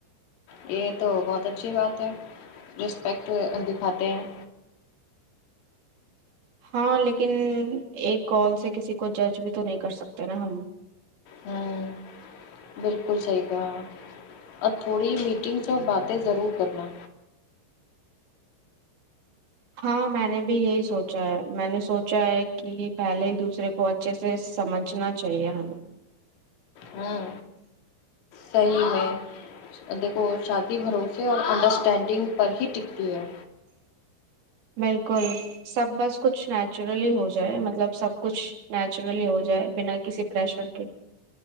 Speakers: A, on the left; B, on the right.
A: یہ تو بہت اچھی بات ہے رسپیکٹ دکھاتے ہیں
B: ہاں لیکن ایک کال سے کسی کو جج بھی تو نہیں کر سکتے نا ہم
A: ہوں بالکل صحیح کہا اب تھوڑی میٹنگ سے باتیں ضرور کرنا
B: ہاں میں نے بھی یہی سوچا ہے میں نے سوچا ہے کی پہلے دوسرے وہ اچھے سے سمجھنا چاہیے ہمیں
A: ہاں صحیح میں دیکھو شادی بھروسے اور انڈرسٹینڈنگ پر ہی ٹکتی ہے
B: بالکل سب بس کچھ نیچرلی ہو جائے مطلب سب کچھ نیچرلی ہو جائے بنا کسی پریشر کے